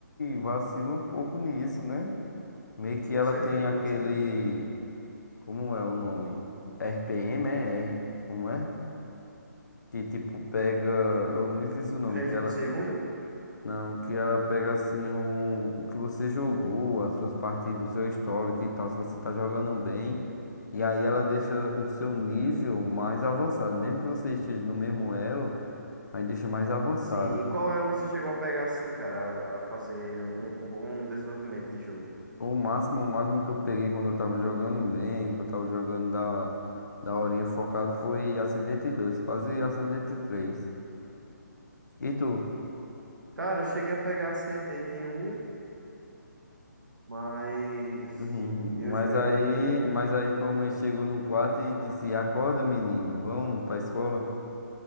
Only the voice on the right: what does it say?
Com
certeza.
Frames
por segundo?
Sim.
Sim. E qual elo você chegou a pegar assim, cara, a, a fazer um, um bom desenvolvimento de jogo?
Cara, eu cheguei a pegar ascendente em um, mas
eu,
eu,
eu-